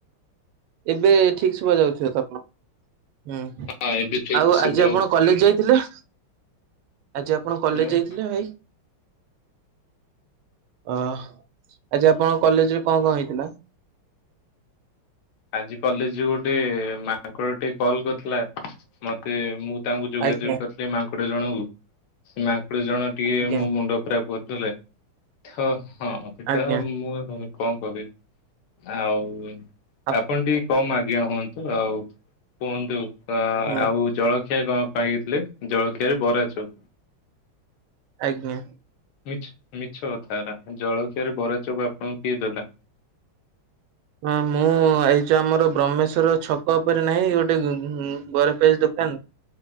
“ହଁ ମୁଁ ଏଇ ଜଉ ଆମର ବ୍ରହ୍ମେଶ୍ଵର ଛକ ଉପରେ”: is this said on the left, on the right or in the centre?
Right